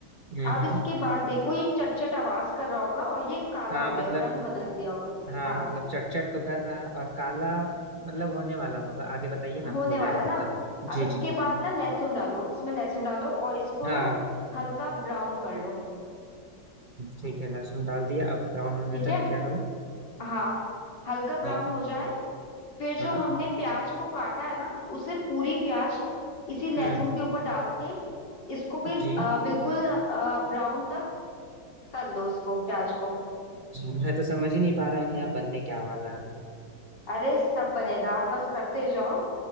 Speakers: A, on the right; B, on the left.
A: हम्म
B: अब इसके
A: हम्म
B: बाद देखो ये चटचट आवाज कर रहा होगा और ये काला
A: हाँ
B: हो
A: मतलब
B: गया रंग बदल दिया होगा
A: हाँ
B: हाँ
A: मतलब चट तो कर रहा है और काला मतलब होने वाला होगा आगे बताइए ना
B: होने
A: हो जाएगा
B: वाला है ना
A: तब तक
B: अब
A: जी
B: इसके
A: जी
B: बाद ना लहसुन डालो इसमें लहसुन डालो और इसको
A: हाँ
B: ना हल्का ब्राउन कर लो
A: ठीक है लहसुन डाल दिया अब ब्राउन होने
B: ठीक
A: तक
B: है
A: क्या करूँ
B: हाँ हल्का ब्राउन
A: जी
B: हो जाए फिर जो
A: हाँ
B: हमने प्याज को काटा है ना उसे पूरी प्याज इसी लहसुन
A: हम्म
B: के ऊपर डाल के इसको भी
A: जी
B: अ, बिल्कुल ब्राउन तक तल लो इसको प्याज को
A: जी मैं तो समझ ही नहीं पा रहा हूँ यहाँ बनने क्या वाला है
B: अरे सब बनेगा आप बस करते जाओ